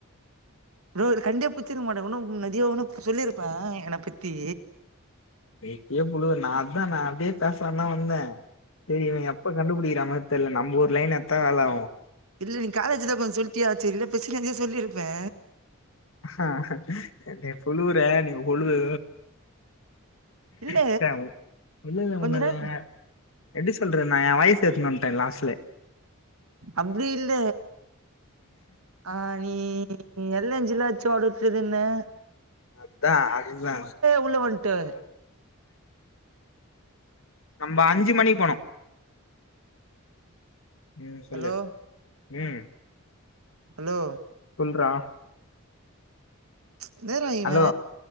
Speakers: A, on the right; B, on the left.
A: ஃப்ரோ இது கண்டே பிடிச்சிருக்க மாட்டே இன்னோ நெறையா இன்னோ சொல்லியிருப்பே என்ன பத்தி
B: ஏய் புழு நா அதானா அப்டியே பேசலானுதா வந்த சேரி இவ எப் இப்ப கண்டுபிடிக்கிற மாரி தெர்ல நம்ம லைன் எத்தாலு
A: இல்ல நீங்க காலேஜ்ல கொஞ்சோ சொல்லிட்டியாட்சி இல்ல ஃபர்ஸ்ட் இருந்தே சொல்லிருப்பே
B: ஆ நீ புழுவுற நீ ஓழுவு
A: இல்ல
B: ட்ட இல்ல இல்ல
A: கொஞ்ச
B: உண்மதாங்க
A: நேர
B: எப்டி சொல்ற நா ஏ வாயஸ் எத்துனுன்ட்டு வந்துட்டே லாஸ்ட்ல
A: அப்டி இல்ல ஆ நீ எல்னேஞ்சுல அடிச்சீ ஒடச்சுதுன்ன
B: அதா அதுதா
A: உள்ள வந்ட்டு
B: நம்ம அஞ்சு மணிக்கு போனோ ம் சொல்லு
A: ஹலோ
B: ம்
A: ஹலோ
B: சொல்றா
A: என்னாடா இவ
B: ஹலோ